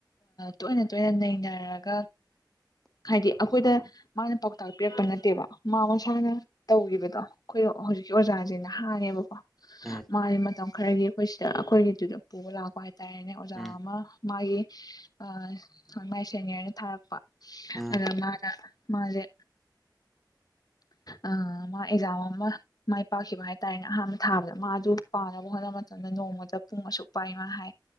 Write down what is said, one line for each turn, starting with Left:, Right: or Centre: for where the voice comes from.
Left: ꯇꯣꯏꯅ ꯇꯣꯏꯅ ꯅꯩꯅꯔꯒ ꯍꯥꯏꯗꯤ ꯑꯩꯈꯣꯏꯗ ꯃꯥꯅ ꯄꯥꯎꯇꯥꯛ ꯄꯤꯔꯛꯇꯧ ꯅꯠꯇꯦꯕ ꯃꯥ ꯃꯁꯥꯅ ꯇꯧꯈꯤꯕꯗꯣ ꯑꯩꯈꯣꯏ ꯍꯧꯖꯤꯛꯀꯤ ꯑꯣꯖꯥꯁꯤ ꯅꯍꯥꯅꯦꯕꯀꯣ
Centre: ꯎꯝ
Left: ꯃꯥꯒꯤ ꯃꯇꯝ ꯈꯔꯒꯤ ꯑꯩꯈꯣꯏ ꯁꯤꯗ ꯑꯩꯈꯣꯏꯒꯤꯗꯨꯗ ꯄꯨꯕ ꯂꯥꯛꯄ ꯍꯥꯏꯇꯥꯔꯦꯅꯦ ꯑꯣꯖꯥ
Centre: ꯎꯝ
Left: ꯑꯃ ꯃꯥꯒꯤ ꯍ ꯃꯥꯏ ꯁꯦꯅꯤꯌꯔꯅ ꯊꯥꯔꯛꯄ
Centre: ꯎꯝ ꯎꯝ
Left: ꯑꯗꯨꯗꯥ ꯃꯥꯅꯥ ꯃꯥꯖꯦ ꯑ ꯃꯥ ꯑꯦꯛꯖꯥꯝ ꯑꯃ ꯃꯥꯏ ꯄꯥꯛꯈꯤꯕ ꯍꯥꯏꯇꯥꯔꯦꯅꯦ ꯑꯍꯥꯟꯕ ꯊꯥꯕꯗ ꯃꯥꯖꯧ ꯄꯥꯅꯕ ꯍꯣꯠꯅꯕ ꯑꯗꯨꯅ ꯅꯣꯡꯃꯗ ꯄꯨꯡ ꯑꯁꯨꯛ ꯄꯥꯏ ꯃꯥ ꯍꯥꯏ